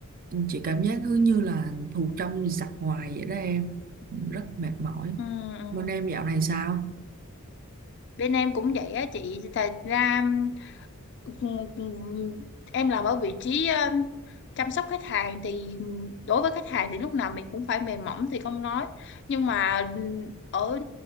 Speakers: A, on the right; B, on the left.
A: chị cảm giác cứ như là thù trong giặc ngoài vậy đó em rất mệt mỏi
B: Ừ, ừ.
A: bên em dạo này sao
B: bên em cũng vậy á chị. Thật ra ừ, ừ, em làm ở vị trí ờ, chăm sóc khách hàng thì đối với khách hàng thì lúc nào mình cũng phải mềm mỏng thì không nói. Nhưng mà ừ, ở